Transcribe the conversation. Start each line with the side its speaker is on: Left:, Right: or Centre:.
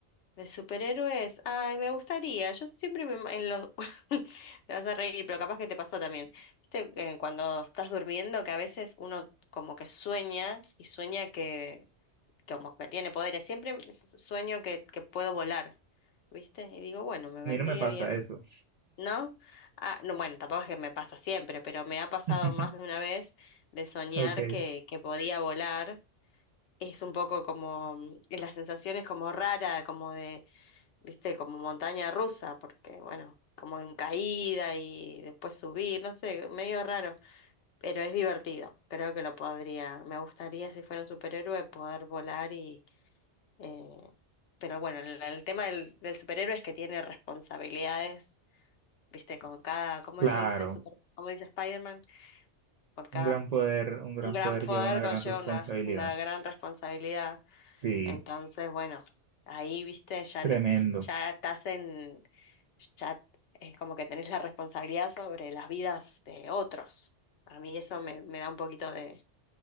Left: De superhéroes. Ay, me gustaría. Yo siempre me... ima- En los... <laughs> Te vas a reír, pero capaz que te pasó también. Viste, que cuando estás durmiendo, que a veces uno como que sueña y sueña que, que como que tiene poderes. Siempre me s- sueño que, que puedo volar, ¿viste? Y digo, bueno, me vendría
Right: A mí no me pasa
Left: bien,
Right: eso.
Left: ¿no? Ah, no, bueno, tampoco es que me pasa siempre, pero me ha pasado
Right: <laughs>
Left: más de una vez de soñar
Right: Ok,
Left: que, que podía volar. Es un poco como, mm, la sensación es como rara, como de viste, como montaña rusa, porque bueno, como en caída y después subir, no sé, medio raro, pero es divertido. Creo que lo podría, me gustaría si fuera un superhéroe poder volar y... eh, pero bueno, el, el tema del, del superhéroe es que tiene responsabilidades, viste, con cada, ¿cómo
Right: claro.
Left: es, le dice super, cómo dice Spider-Man? Por cada
Right: Un gran poder, un gran
Left: un gran
Right: poder
Left: poder
Right: lleva una gran
Left: conlleva
Right: responsabilidad.
Left: una, una gran responsabilidad.
Right: Sí,
Left: Entonces, bueno, ahí, viste, ya
Right: tremendo.
Left: no, ya estás en, ya es como que tenés la responsabilidad sobre las vidas de otros. A mí eso me, me da un poquito de,